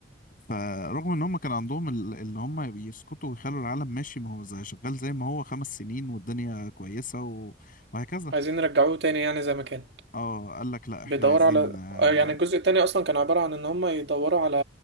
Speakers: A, on the left; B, on the right.
A: فرغم ان هم كان عندهم ال- اللي هم يسكتوا ويخلوا العالم ماشي ما هو زي شغال زي ما هو خمس سنين والدنيا كويسة و- وهكذا
B: عايزين يرجعوه تاني يعني زي ما كان
A: اه قال لك لا احنا
B: بيدوروا
A: عايزين
B: على
A: آه،
B: آه، يعني الجزء التاني اصلا كان عبارة عن ان هم يدوروا على